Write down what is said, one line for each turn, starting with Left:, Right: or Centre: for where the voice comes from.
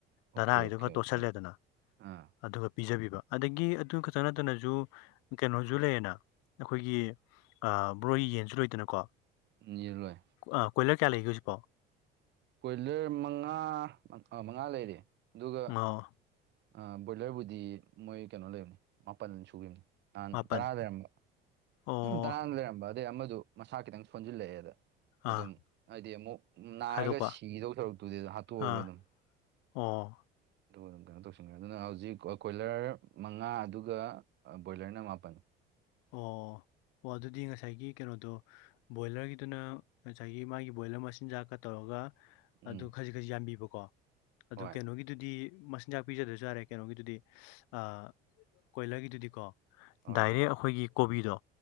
Right: ꯑꯣꯀꯦ
Left: ꯙꯔꯥꯒꯤꯗꯨ
Right: ꯑꯣꯀꯦ
Left: ꯈ
Right: ꯑꯣꯀꯦ
Left: ꯇꯣꯠꯁꯜꯂꯦꯗꯅ
Right: ꯑꯥ
Left: ꯑꯗꯨꯒ ꯄꯤꯖꯕꯤꯕ ꯑꯗꯒꯤ ꯑꯗꯨ ꯈꯛꯇ ꯅꯠꯇꯅꯖꯨ ꯀꯩꯅꯣꯖꯨ ꯂꯩꯌꯦꯅ ꯑꯈꯣꯏꯒꯤ ꯑ ꯕ꯭ꯔꯣꯏ ꯌꯦꯟꯖꯨ ꯂꯣꯏꯗꯅꯀꯣ
Right: ꯌꯦꯜ ꯂꯣꯏ
Left: ꯑ ꯀꯣꯏꯂꯔ ꯀꯌꯥ ꯂꯩꯒꯦ ꯍꯧꯖꯤꯄꯣꯛ
Right: ꯀꯣꯏꯂꯔ ꯃꯉꯥ ꯑ ꯃꯉꯥ ꯂꯩꯔꯤ ꯑꯗꯨꯒ
Left: ꯑꯣ
Right: ꯑ ꯕꯣꯏꯂꯔꯕꯨꯗꯤ ꯃꯣꯏ ꯀꯩꯅꯣ ꯂꯩꯕꯅꯤ ꯃꯥꯄꯜ ꯁꯨꯒꯤꯝꯅꯤ ꯑ
Left: ꯃꯥꯄꯜ
Right: ꯇꯔꯥꯂꯩꯔꯝꯕ
Left: ꯑꯣ
Right: ꯇꯔꯥꯥꯂꯩꯔꯝꯕ ꯑꯗꯩ ꯑꯃꯖꯨ ꯃꯁꯥ ꯈꯤꯇꯪ ꯁꯣꯟꯖꯤꯜꯂꯛꯑꯦꯗ ꯑꯗꯨꯝ
Left: ꯑꯥ
Right: ꯍꯥꯏꯗꯤ ꯑꯃꯨꯛ ꯅꯥꯔꯒ
Left: ꯈꯥꯏꯗꯣꯛꯄ
Right: ꯁꯤꯗꯧ ꯁꯔꯨꯛꯇꯨꯗꯤ ꯑꯗꯨ ꯍꯥꯠꯇꯣꯛꯑꯧꯕꯅ
Left: ꯑꯥ ꯑꯣ
Right: ꯑꯗꯨꯒ ꯑꯗꯨꯝ ꯀꯩꯅꯣ ꯇꯧꯁꯤꯟꯒꯏ꯭ꯔꯦ ꯑꯗꯨꯅ ꯍꯧꯖꯤꯛ ꯀꯣꯏ ꯀꯣꯏꯂꯔ ꯃꯉꯥ ꯑꯗꯨꯒ ꯕꯣꯏꯂꯔꯅ ꯃꯥꯄꯟ
Left: ꯑꯣ ꯑꯗꯨꯗꯤ ꯉꯁꯥꯏꯒꯤ ꯀꯩꯅꯣꯗꯣ ꯕꯣꯏꯂꯔꯒꯤꯗꯨꯅ ꯉꯁꯥꯏꯒꯤ ꯃꯥꯒꯤ ꯕꯣꯏꯂꯔ ꯃꯆꯤꯟꯖꯥꯛꯀ ꯇꯧꯔꯒ
Right: ꯎꯝ
Left: ꯑꯗꯨ ꯈꯖꯤꯛ ꯈꯖꯤ ꯌꯥꯟꯕꯤꯕꯀꯣ, ꯑꯗꯨ
Right: ꯍꯣꯏ
Left: ꯀꯩꯅꯣꯒꯤ ꯑꯗꯨꯗꯤ ꯃꯆꯤꯟꯖꯥꯛ ꯄꯤꯖꯗ‌ꯔꯁꯨ ꯌꯥꯔꯦ ꯀꯩꯅꯣꯒꯤꯗꯨꯗꯤ ꯑꯥ ꯀꯣꯏꯂꯔꯒꯤꯗꯨꯗꯤꯀꯣ
Right: ꯍꯣꯏ
Left: ꯗꯥꯏꯔꯦꯛ
Right: ꯍꯣꯏ
Left: ꯑꯩꯈꯣꯏꯒꯤ ꯀꯣꯕꯤꯗꯣ